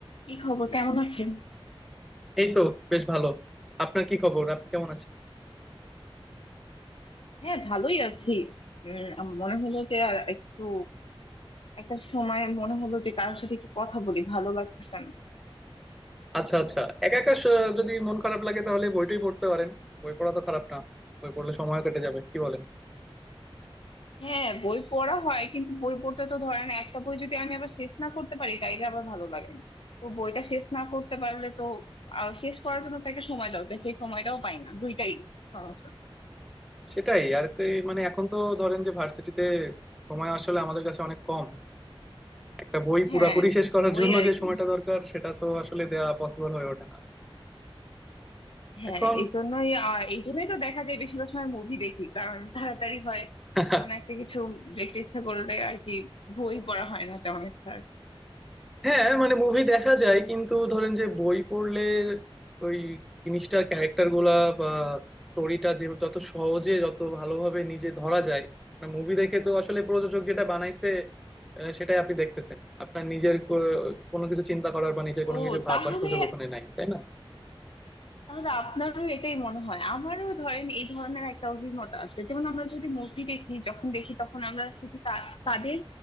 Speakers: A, on the left; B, in the centre.
A: কি খবর কেমন আছেন
B: এই তো বেশ ভালো আপনার কি খবর আপনি কেমন আছেন
A: হ্যাঁ ভালোই আছি উম আম- মনে হলো যে আর একটু একটা সময় মনে হলো যে কারোর সাথে একটু কথা বলি ভালো লাগতেছে না
B: আচ্ছা আচ্ছা একা একা স- যদি মন খারাপ লাগে তাহলে বইটাই পড়তে পারেন বই পড়া তো খারাপ না বই পড়লে সময় কেটে যাবে কি বলেন
A: হ্যাঁ বই পড়া হয় কিন্তু বই পড়তে তো ধরেন একটা বই যদি আমি আবার শেষ না করতে পারি তাইলে আবার ভালো লাগে না তো বইটা শেষ না করতে পারলে তো আহ, শেষ করার জন্য তো একটা সময় দরকার সেই সময়টাও পাই না দুইটাই সমস্যা
B: সেটাই আর কি মানে এখন তো ধরেন যে ভার্সিটিতে সময় আসলে আমাদের কাছে অনেক কম একটা বই পুরাপুরি
A: হ্যাঁ
B: শেষ করার
A: ওই
B: জন্য
A: আর
B: যে
A: কি
B: সময়টা দরকার সেটা তো আসলে দেয়া পসিবল হয়ে ওঠে না
A: হ্যাঁ
B: এখন
A: এই জন্যই আহ, এই জন্যই তো দেখা যায় বেশিরভাগ সময় মুভি দেখি কারণ তাড়াতাড়ি হয়
B: <laughs>
A: কোন একটা কিছু দেখতে ইচ্ছা করলে আর কি বই পড়া হয় না তেমন একটা
B: হ্যাঁ মানে মুভি দেখা যায় কিন্তু ধরেন যে বই পড়লে ওই জিনিসটার ক্যারেক্টার গুলা বা স্টোরিটা যে যত সহজে যত ভালোভাবে নিজে ধরা যায় না মুভি দেখে তো আসলে প্রযোজক যেটা বানাইছে আহ, সেটাই আপনি দেখতেছেন আপনার নিজের কো- কোনো কিছু চিন্তা করার বা নিজের কোনো
A: ও
B: কিছু ভাববার
A: তাহলে
B: সুযোগ ওখানে নাই তাই না
A: তাহলে আপনারও এটাই মনে হয় আমারও ধরেন এই ধরনের একটা অভিমত আসবে যেমন আমরা যদি মুভি দেখি যখন দেখি তখন আমরা শুধু তা- তাদের